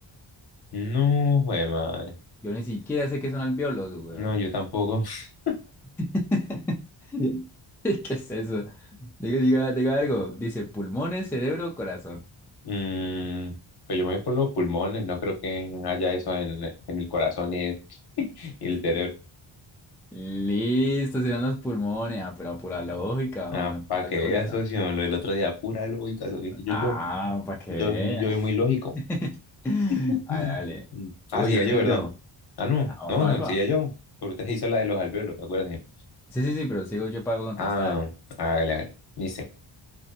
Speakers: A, on the left (about 50°); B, in the centre.
A: No, jue madre.
B: Yo ni siquiera sé qué son alveolos, weón.
A: No, yo tampoco. <laughs>
B: <laughs> <laughs> ¿Qué es eso? Diga, diga, diga algo. Dice pulmones, cerebro, corazón.
A: Mm, pues yo me voy por los pulmones, no creo que haya eso en, en el corazón y el, <laughs> y el cerebro.
B: Listo, serán los pulmones. Ah, pero a pura lógica,
A: Ah,
B: una pura
A: para que
B: lógica.
A: veas, socio, lo del otro día, pura lógica, socio, que yo,
B: Ah,
A: yo,
B: para que
A: yo,
B: vea.
A: yo soy muy lógico.
B: <laughs> Dale,
A: Mm.
B: dale.
A: Ah,
B: Sigo
A: sí,
B: yo,
A: ya yo,
B: sigo
A: ¿verdad?
B: yo.
A: Ah, no,
B: Ah,
A: no,
B: va, va.
A: sí, ya yo, porque usted se hizo la de los alvéolos, acuérdense.
B: Sí, sí, sí, pero sigo yo para contestar.
A: Ah, hágale, hágale. Dice,